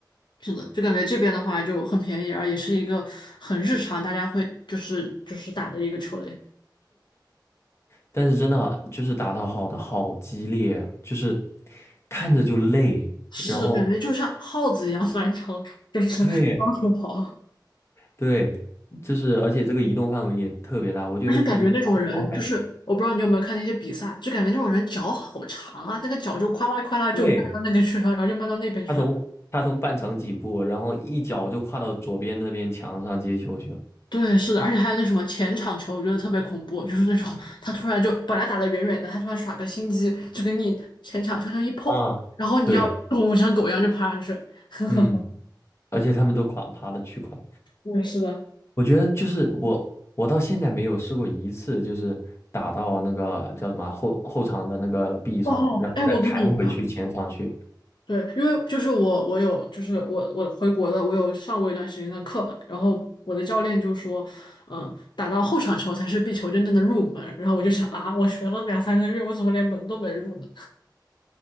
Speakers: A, on the left; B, on the left.
A: 是的，就感觉这边的话就很便宜，而也是一个很日常大家会就是就是打的一个球类，
B: 但是真的好，就是打得好的好激烈啊，就是看着就累，
A: 是感觉就像耗子一样
B: 然后
A: <laughs> 满场就是到处跑。
B: <laughs> 对对，就是而且这个移动范围也特别大，我觉得比羽毛球还严
A: 而且感觉那种人，就是我不知道你有没有看那些比赛，就感觉那种人脚好长啊，那个脚就夸啦夸啦就迈到那个去了，
B: 对，
A: 然后就迈到那边去了。
B: 他从他从半场起步，然后一脚就跨到左边那边墙上接球去了。
A: 对，是的，而且还有那什么前场球，我觉得特别恐怖，就是那种他突然就本来打得远远的，他突然耍个心机，就跟你前场悄悄一碰，
B: 啊，
A: 然后你要我像狗一样就爬上去。
B: 对，
A: <laughs> 呵呵，
B: 嗯，而且他们都跨爬的巨快。
A: <laughs> 对，是的。
B: 我觉得就是我，我到现在没有试过一次，就是打到那个叫什么啊后后场的那个壁上，
A: 哦，
B: 然后再弹回去前场去。
A: 哎，我跟你一样，对，因为就是我，我有，就是我，我回国了，我有上过一段时间的课嘛，然后我的教练就说，嗯，打到后场球才是壁球真正的入门，然后我就想啊，我学了两三个月，我怎么连门都没入呢？